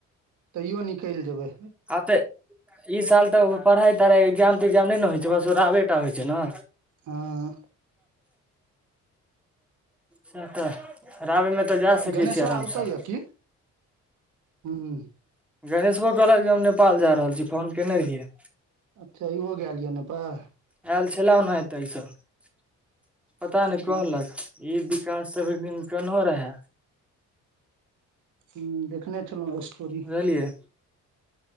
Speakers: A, on the right (about 75°); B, in the centre.
A: तैयो निकलि जेबै
B: आब तऽ ई साल तऽ पढ़ाइ तढ़ाइ एग्जाम तग्जाम नइ न होइ छै बस ओराबे टा होइ छै न
A: हँ
B: <unintelligible> <unintelligible> जा सकै
A: गणेशवा
B: छीयै आरामसँ
A: ओतऽ यऽ की <unintelligible>
B: गणेश भो कहक जे हम नेपाल जा रहल छी फोन केने रहियै
A: अच्छ इहो गेल यऽ नेपाल
B: आयल छले ओना हेते ई सब <inaudible> पता नहि
A: हूँ
B: कहलक ई विकास त एक दिन केनो रहे
A: हूं देखने छलहुँ स्टोरी
B: बुझलियै